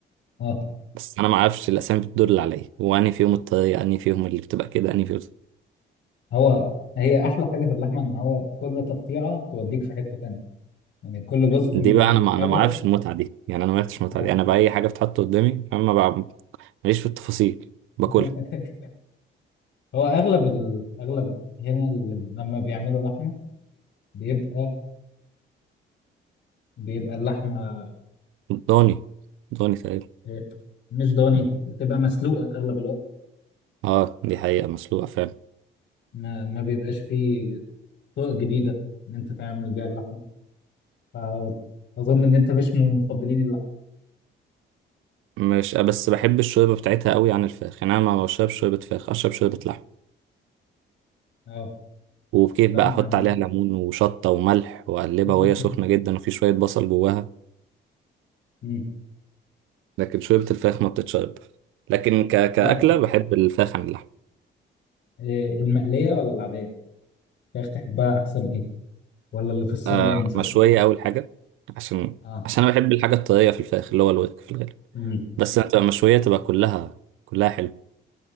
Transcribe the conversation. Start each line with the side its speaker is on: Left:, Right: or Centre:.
Left: اه
Right: بس أنا ما أعرفش الأسامي بتدل على إيه وأني فيهم الطريقة أني فيهم اللي بتبقى كده أني فيهم
Left: هو هي احلى حاجه في اللحمه ان هو كل تقطيعه توديك في حته تانية يعني كل جزء
Right: دي
Left: من
Right: بقى
Left: الحاجه
Right: أنا ما أنا ما أعرفش المتعة دي يعني أنا ما عرفتش المتعة
Left: آه.
Right: دي أنا بقى أي حاجة بتتحط قدامي فاهم ما بقى ماليش في التفاصيل باكلها
Left: <laughs> هو اغلب ال... اغلب هنا اللي لما بيعملوا لحمه بيبقى بيبقى اللحمه
Right: ضاني ضاني تقريبا
Left: إيه، مش ضاني بتبقى مسلوقه اغلب الوقت
Right: أه دي حقيقة مسلوقة فعلا
Left: ما, ما بيبقاش فيه طرق جديدة إن أنت تعمل بيها اللحمة فأظن إن أنت مش من مفضلين اللحمة
Right: مش بس بحب الشوربة بتاعتها قوي عن الفراخ يعني أنا ما بشربش شوربة فراخ أشرب شوربة لحمة
Left: أه
Right: وكيف
Left: فاهمك
Right: بقى احط
Left: عامة
Right: عليها ليمون وشطة وملح واقلبها
Left: <laughs>
Right: وهي سخنة جدا وفي شوية بصل جواها
Left: مم.
Right: لكن شوربة الفراخ ما بتتشرب لكن ك... كأكلة
Left: لا لا
Right: بحب الفراخ عن اللحمة
Left: إيه المقلية ولا العادية؟ فراخ تحبها أحسن إيه؟ ولا اللي في الصينية
Right: آه
Left: مثلا؟
Right: مشوية أول حاجة عشان
Left: أه
Right: عشان أنا بحب الحاجة الطرية في الفراخ اللي هو الورك في الغالب
Left: مم.
Right: بس لما تبقى مشوية تبقى كلها كلها حلو